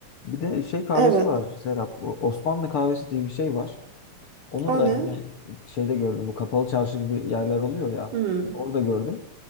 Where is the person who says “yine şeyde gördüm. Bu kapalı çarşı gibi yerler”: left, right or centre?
Left